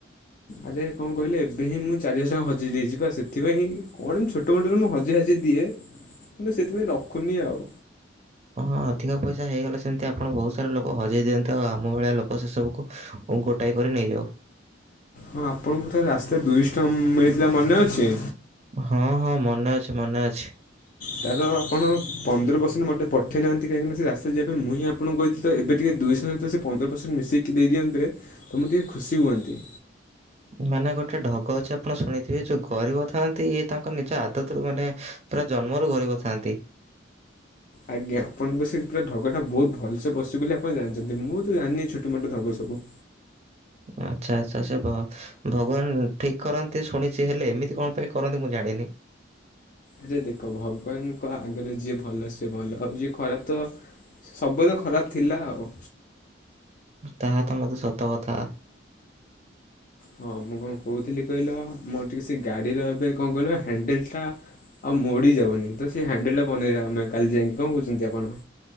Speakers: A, on the left; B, on the right.
A: ଆରେ କଣ କହିଲେ ଏବେ ହିଁ ମୁଁ ଚାରିହଜା ଟଙ୍କା ହଯେଇ ଦେଇଛି ବା ସେଥିପାଇଁ କଣ ଛୋଟ ମୋଟରେ ମୁଁହ ହଜି ହାଜି ଦିଏ କିନ୍ତୁ ସେଥିପାଇଁ ରଖୁନି ଆଉ
B: ହଁ ହଁ ଅଧିକ ପଇସା ହେଇଗଲା ସେମିତି ଆପଣ ବହୁତ ସାରା ଲୋକ ହଜେଇ ଦିଅନ୍ତୁ ଆଉ ଆମ ଭଳିଆ ଲୋକ ସେ ସବୁକୁ ଆ ଗୋଟାଏ କରି ନେଇଯାଉ।
A: ହଁ ଆପଣଙ୍କୁ ତ ରାସ୍ତାରେ ଦୁଇଶହ ଟଙ୍କା ମିଳିଥିଲା ମନେ ଅଛି?
B: ହଁ ହଁ ମନେ ଅଛି, ମନେ ଅଛି।
A: ତାର ଆପଣ ପନ୍ଦର ପରସେଣ୍ଟ୍ ମୋତେ ପଠେଇନାହାନ୍ତି କାହିଁକି ସେ ରାତାରେ ଯିବା ପାଇଁ ମୁଁ ହଁ ଆପଣଙ୍କୁ କହିଥିଲେ ତ ଏ ଟିକେ ଦୁଇଶହ ସହିତ ସେ ପନ୍ଦର ପରସେଣ୍ଟ ମିଶେଇକି ଦେଇଦିଅନ୍ତେ ତମୁଁ ଟିକେ ଖୁସି ହୁଅନ୍ତି।
B: ମାନେ ଗୋଟେ ଢଗ ଅଛି ଆପଣ ଶୁଣିଥିବେ ଯୋଉ ଗରିବ ଥାଆନ୍ତି ଇଏ ତାଙ୍କ ନିଜ ଆଦତରୁୁ ମାନେ ପୁରା ଜନ୍ମରୁ ଗରିବ ଥାନ୍ତି।
A: ଆଜ୍ଞା ଆପଣଙ୍କୁ ସେ ପୁରା ଢ଼ଗ ଟା ବହୁତ ଭଲସେ ପଶିବୋଲି ଆପଣ ଜାଣିଛନ୍ତି ମୁଁ ତ ଜାଣିନି ଛୋଟ ମୋଟ ଢ଼ଗ ସବୁ
B: ଆଚ୍ଛା ଆଚ୍ଛା ସେ ଭଗବାନ ଠିକ କରନ୍ତି ଶୁଣିଛି ହେଲେ ଏମିତି କଣ ପାଇଁ କରନ୍ତି ମୁଁ ଜାଣିନି।
A: ଆରେ ଦେଖ ଭଗବାନଙ୍କ ଆଗରେ ଯିଏ ଭଲ ସିଏ ଭଲ ଆଉ ଯିଏ ଖରାପ ତ ସବୁବେଳେ ଖରାପ ଥିଲା ଆଉ
B: ତାହା ତ ମଧ୍ୟ ସତ କଥା।
A: ହଁ ମୁଁ କଣ କହୁଥିଲି କହିଲ ମୋର ଟିକେ ସେ ଗାଡିର ଏବେ କଣ କହିଲ ହ୍ୟାଣ୍ଡେଲ ଟା ଆଉ ମୋଡି ଯାଉନି ତ ସେ ହ୍ୟାଣ୍ଡେଲ ଟା ବନେଇ ଆମେ କାଲି ଯାଇକି କଣ କହୁଛନ୍ତି ଆପଣ?